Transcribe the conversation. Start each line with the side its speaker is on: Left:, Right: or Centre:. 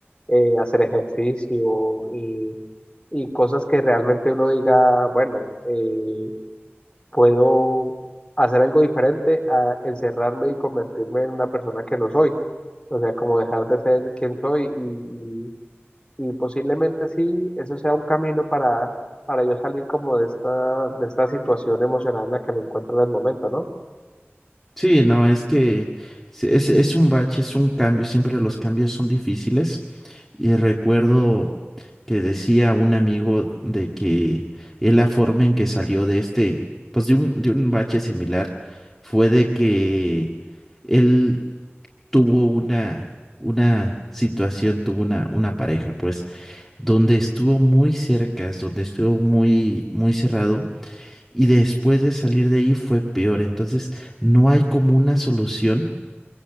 Left: eh, hacer ejercicio y, y cosas que realmente uno diga, bueno, eh, puedo hacer algo diferente a encerrarme y convertirme en una persona que no soy, o sea, como dejar de ser quien soy y, y- y posiblemente sí, eso sea un camino para, para yo salir como de esta, de esta situación emocional en la que me encuentro en el momento, ¿no?
Centre: Sí, no, es que se- es, es un bache, es un cambio. Siempre los cambios son difíciles. Y recuerdo que decía un amigo de que él la forma en que salió de este, pues de un, de un bache similar, fue de que él tuvo una, una situación, tuvo una, una pareja, pues, donde estuvo muy cerca, es donde estuvo muy, muy cerrado, y después de salir de ahí fue peor. Entonces, no hay como una solución